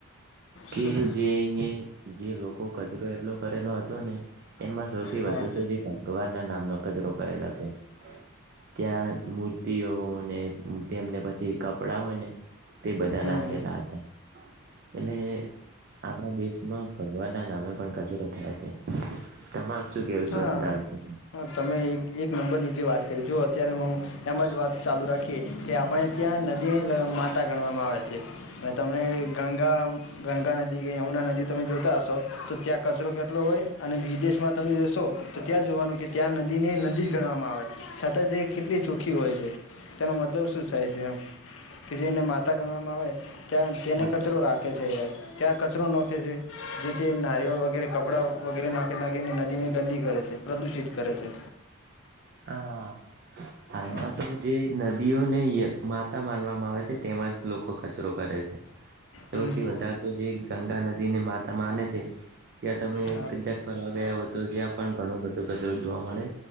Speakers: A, on the right; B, on the left.
A: કે
B: શું
A: જે <unintelligible> જે લોકો કચરો એટલો કરેલો હતો ને એમાં સૌથી
B: હા
A: વધુ તો જે ભગવાન ના નામનો કચરો કરેલો હતો ત્યાં મૂર્તિઓને તેમને પછી કપડા હોય ને તે બધા
B: હમ
A: લાખેલા
B: હમ
A: હતા એટલે આપણા દેશમાં ભગવાન ના નામે પણ કચરો થાય છે તમાર શું કેવું
B: હા
A: સ્વચ્છતા વીશે
B: હા તમે એક એક નંબર ની જેે વાત કરી જો અત્યારે હું એમ જ વાત ચાલુ રાખીએ કે આપણે ત્યાં નદીની માતા ગણવામાં આવે છે. અને તમને ગંગા ગંગા નદી કે યમુના નદી તમે જોતા હશો તો ત્યાં કચરો કેટલો હોય અને વિદેશમાં તમે જોશો તો ત્યાં જોવાનું કે ત્યાં નદીને નદી જ ગણવામાં આવે છતાં તે કેટલી ચોખ્ખી હોય છે તેનો મતલબ શું થાય છે કે જેને માતા ગણવામાં આવે ત્યાં તેને
A: હા
B: કચરો રાખે છે. કયા કચરો નોખે છે. જેથી નારિયેલ વગેરે કપડાં વગેરે નાખી નાખીને નદી ને ગંદી કરે છે પ્રદૂષિત કરે છે.
A: હા હાલમાં
B: હા
A: તો જે નદીઓને માતા માનવામાં આવે છે તેમાં જ લોકો કચરો કરે છે સૌથી
B: હમ હમ
A: વધારે તો જે ગંગા નદીને માતા માને છે ત્યાં તમે <unintelligible>
B: હા
A: કરવા ગયા હવ તો ત્યાં પણ ઘણો બધો કચરો જોવા મળે